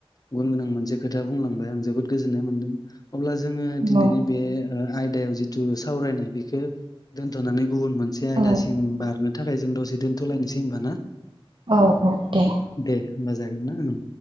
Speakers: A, on the left (about 40°); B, on the right (about 55°).
A: गुन गोनां मोनसे खोथा बुंलां ओफ्राय आं जोबोद गोजोन्नाय मोन्दों अब्ला जोङो दिनैनि
B: औ
A: बे ओ आयदायाव जिथु सावरायनाय बेखौ दोनथ'नानै गुबुन मोनसे आयदासिम
B: औ
A: बारनो थाखाय जों दसे दोनथ'लायनोसै हब ना?
B: औ औ दे।
A: दे होमबा जागोनना ओं।